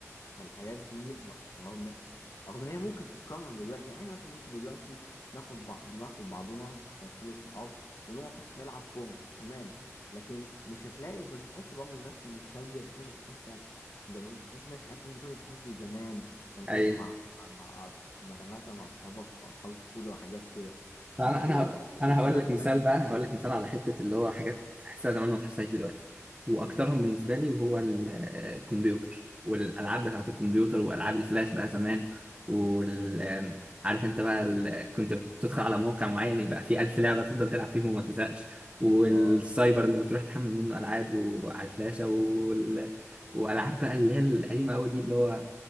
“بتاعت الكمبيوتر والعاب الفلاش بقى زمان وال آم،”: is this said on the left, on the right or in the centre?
Right